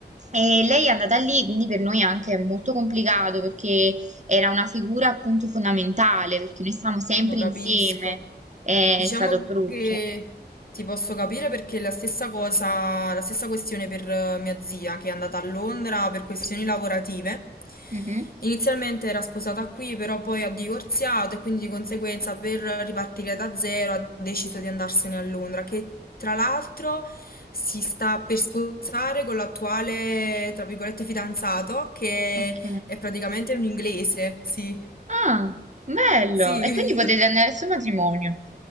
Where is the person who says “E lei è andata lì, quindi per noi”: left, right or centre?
Right